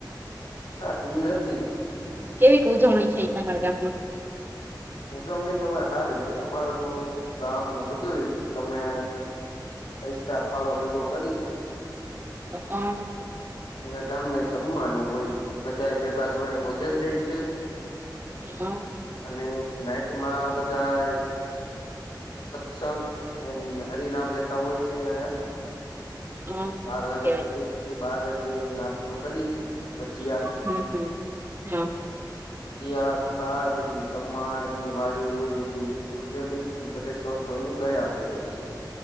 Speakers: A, on the left; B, on the right.
A: <unintelligible>
B: કેવી ઉજવણી થઇ તમારા ગામમાં?
A: ઉજવણી તો અમા સારી છે અમારે તો ગામને બધું સમેય પૈસા ફાળો ભેગો કરી.
B: હું, <unintelligible>
A: અને ગામને જમવાનું હોય, બધા ભેગા થોડે ભોજન લે છે.
B: હ હમ.
A: અને નાઇટમાં બધાય સત્સંગ એમ હરિ નામ લેતા હોય છે એમ.
B: સારું
A: બાર વાગ્યા
B: કેવાય
A: સુધી પછી બાર વાગે નાસ્તો કરી, ભજીયા.
B: હું હું હું.
A: ભજીયા ખાય બધું સમાજ વાડી હોય બધું. ટેલી અને બધા સૌ સૌની ઘરે આવી જાય છે.